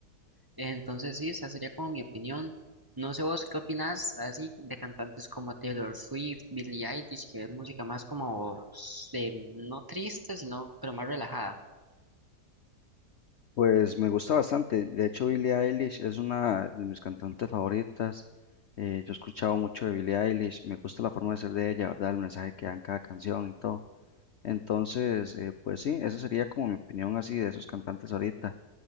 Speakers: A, on the right (about 15°); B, on the left (about 60°).
A: Entonces sí, esa sería como mi opinión. No sé vos qué opinás así de cantantes como Taylor Swift, Billie Eilish, que es música más como eh, no triste, sino pero más relajada.
B: Pues me gusta bastante. De hecho, Billie Eilish es una de mis cantantes favoritas. Eh, yo he escuchado mucho de Billie Eilish. Me gusta la forma de ser de ella, ¿verdad? El mensaje que dan cada canción y todo. Entonces, eh, pues sí, esa sería como mi opinión así de esos cantantes ahorita.